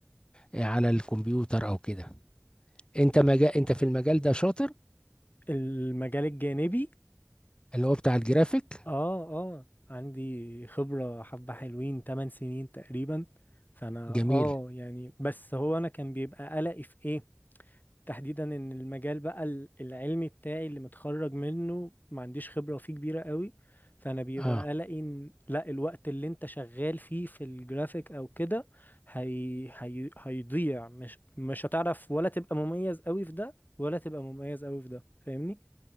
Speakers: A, on the left (about 20°); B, on the left (about 40°).
A: على الكمبيوتر او كده انت مجال انت في المجال ده شاطر
B: المجال الجانبي
A: اللي هو بتاع الجرافيك
B: اه اه عندي خبرة حبة حلوين 8 سنين تقريبا فانا
A: جميل
B: اه يعني بس هو انا كان بيبقى قلقي في ايه تحديدا ان المجال بقى ال- العلمي بتاعي اللي متخرج منه ما عنديش خبرة فيه كبيرة قوي فانا بيبقى
A: اه
B: قلقي ان لا الوقت اللي انت شغال فيه في الجرافيك او كده هي... هي... هيضيع مش مش هتعرف ولا تبقى مميز قوي في ده ولا تبقى مميز قوي في ده فاهمني